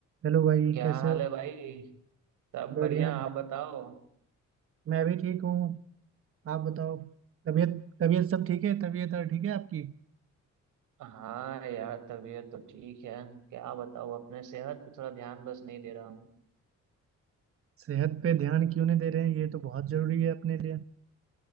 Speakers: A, on the right (about 45°); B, on the right (about 85°).
A: Hello भाई
B: क्या
A: कैसे
B: हाल
A: हो
B: है भाई सब
A: बढ़िया
B: बढ़िया आप बताओ
A: मैं भी ठीक हूँ आप बताओ तबीयत तबीयत सब ठीक है तबीयत और ठीक है आपकी
B: हाँ यार तबीयत तो ठीक है क्या बताऊँ अपने सेहत पे थोड़ा ध्यान बस नहीं दे रहा हूँ
A: सेहत पे ध्यान क्यों नहीं दे रहे हैं ये तो बहुत जरूरी है अपने लिए